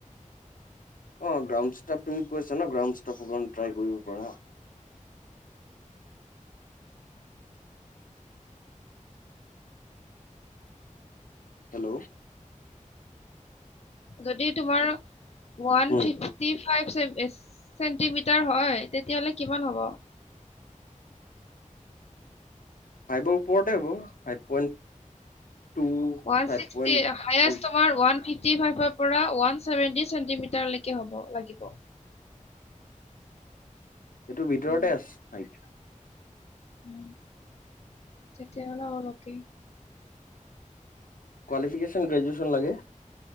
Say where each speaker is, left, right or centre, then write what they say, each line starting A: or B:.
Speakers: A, on the left (about 85°); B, on the left (about 50°).
A: অ গ্ৰাউণ্ড ষ্টাফ তুমি কৈছা ন গ্ৰাউণ্ড ষ্টাফ কাৰণে ট্ৰাই কৰিব পাৰা।
B: <inaudible>
A: হেল্ল'।
B: যদি তোমাৰ one
A: um.
B: Fifty five centimetre হয়। তেতিয়াহলে কিমান হ'ব- <inaudible>
A: ফাইভৰ ওপৰতে হ'ব, five point two
B: one
A: five
B: sixty
A: point
B: সায়েছ
A: three
B: তোমাৰ ওৱান ফিপ টি ফাইভৰ পৰা ওৱান ছেভেণ্টি চেণ্টিমিটাৰলৈকে হ'ব লাগিব।
A: এইটো ভিতৰতে
B: উম,
A: আছে সাইত
B: উম তেতিয়া হ'লে অল অকে
A: কোৱালিফিকেশ্যন গ্ৰেজুৱেশ্যন লাগে।